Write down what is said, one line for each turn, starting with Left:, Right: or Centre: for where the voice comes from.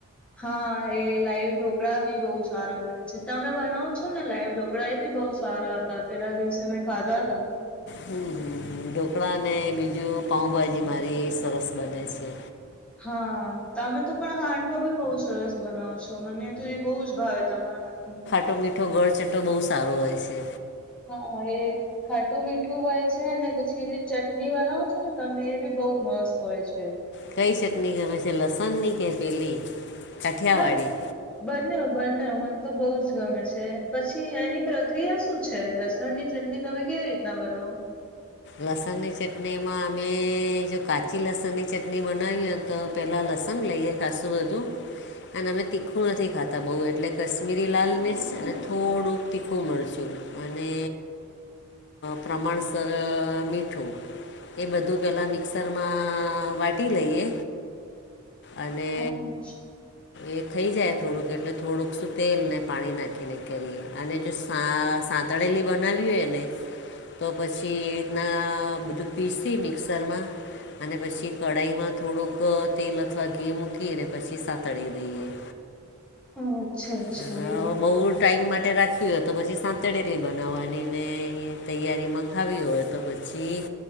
Centre: હા, એ લાઈવ ઢોકળા ભી બહુ સારા બને છે, તમે બનાવો છો ને લાઈવ ઢોકળા? ઢોકળા એ બી બહુ સારા હતા, પેલા દિવસે મેં ખાધા તા.
Left: હમ, હમ, હ, ઢોકળા અને બીજું પાઉભાજી મારી સરસ બને છે.
Centre: હા, તમે તો પણ હાંડવો બી બહુ સરસ બનાવ છો? તો મને તો એ બહુ જ ભાવે તમારા હાથ નું.
Left: ચટો મીઠો, ઘર ચટો બહુ સારો હોય છે.
Centre: હ, એ. ખાટું મીઠું હોય છે ને, પછી જે ચટણી બનાવો છો ને, તમે એ બી બહુ મસ્ત હોય છે.
Left: કઈ શટની ગમે છે, લસણની કે, પેલી કાઠિયાવાડી?
Centre: ના બંને બંને, મને તો બહુ જ ગમે છે, પછી એની પ્રક્રિયા શું છે? લ લસણ ની ચટણી તમે કેવી રીતના બનાવો?
Left: લસણ ની ચટણી માં અમે જો, કાચી લસણ ની ચટણી બનાવી હોય. તો પહેલાં લસણ લઈએ ખાસું વધું. અને અમે તીખું નથી ખાતા બહુ, એટલે કાશ્મીરી લાલ મિર્ચ અને થોડુંક તીખું મરચું. અને પ્રમાણસર. અ મીઠું એ, બધું પહેલાં મિક્સરમાં વાટી લઈએ. અને
Centre: અ
Left: એ થઈ જાય થોડુંક, એટલે થોડુંક શું તેલને પાણી નાખીને કરીએ, અને જો હા, સાંતળેલી બનાવી હોય ને. તો પછી એ રીતના બધું પીસી મિક્સરમાં. અને પછી કઢાઈમાં થોડુંક તેલ. ઘી મૂકીને, પછી સાતળી દઈએ.
Centre: હ, અચ્છા, અચ્છા,
Left: અ,
Centre: એવું.
Left: બહુ ટાઈમ માટે રાખવી હોય તો, પછી સાંતડેલી બનાવવાની ને, એ તૈયારીમાં ખાવી હોય તો પછી. પશી